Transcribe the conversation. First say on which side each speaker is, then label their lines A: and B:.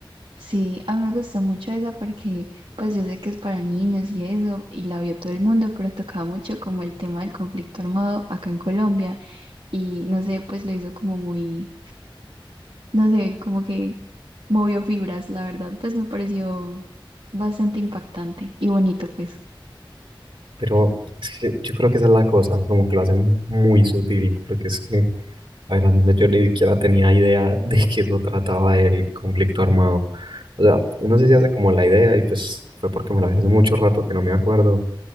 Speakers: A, on the right; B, on the right.
A: Sí, a mí me gustó mucho esa porque pues yo sé que es para niños y eso, y la vio todo el mundo, pero tocaba mucho como el tema del conflicto armado acá en Colombia y no sé, pues lo hizo como muy, no sé, como que movió fibras, la verdad, pues me pareció bastante impactante y bonito, pues.
B: Pero es que yo creo que esa es la cosa, como que lo hacen muy sutil, porque es que, a ver, al menos yo ni siquiera tenía idea <laughs> de que eso trataba el conflicto armado. O sea, uno sí se hace como la idea y pues fue porque me la vi hace mucho rato que no me acuerdo,